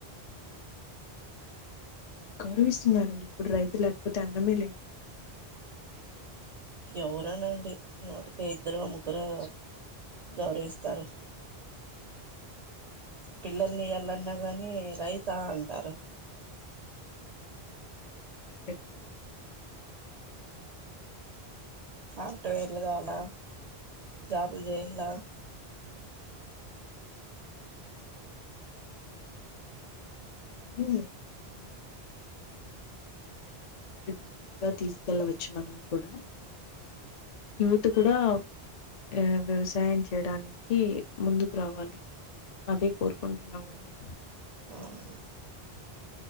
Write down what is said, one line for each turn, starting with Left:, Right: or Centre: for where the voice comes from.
Left: గౌరవిస్తున్నారండి ఇప్పుడు రైతు లేకపోతే అన్నమే లేదు. కదండి
Right: ఎవరనండి నూటికి ఇద్దరో ముగ్గురో గౌరవిస్తారు. పిల్లల్ని ఇయాలన్నా గాని రైతా అంటారు.
Left: కరెక్ట్
Right: సాఫ్ట్వేర్లు కావాల జాబ్లు చేయాల
Left: మ్ <unintelligible> మన దేశాన్ని కూడా అభివృద్ధి దిశగా తీసుకెళ్ళవచ్చు మనం కూడా యూత్ కూడా ఆ వ్యవసాయం చేయడానికి ముందుకు రావాలి అదే కోరుకుంటున్నామండి
Right: అవునండి